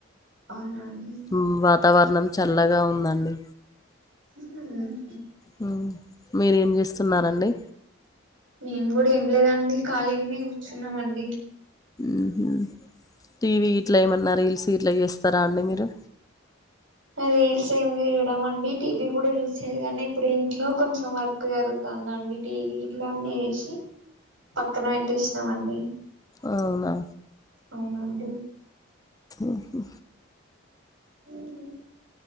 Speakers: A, on the right; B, on the left.
A: అవునా? అండి
B: మ్ వా వాతావరణం చల్లగా ఉందండి
A: హ్మ్
B: హ్మ్. మీరేం చేస్తున్నారండి?
A: మేము కూడా ఏం లేదండి ఖాళీగానే కూర్చున్నామండి
B: మ్ మ్ టీవి ఇట్లాఏమన్నా రీల్స్ ఇట్లా చేస్తారా అండి మీరు
A: రీల్స్ ఏమి చూడము అండి అండి టీవీ కూడా యూస్ చెయ్యను కానీ ఇప్పుడు ఇంట్లో కొంచెం వర్క్ జరుగుతాందండి టీవీ గిట్ల అన్ని వేసి పక్కన పెట్టేసినామండి
B: అవునా?
A: అవునండి.
B: మ్ హు
A: మ్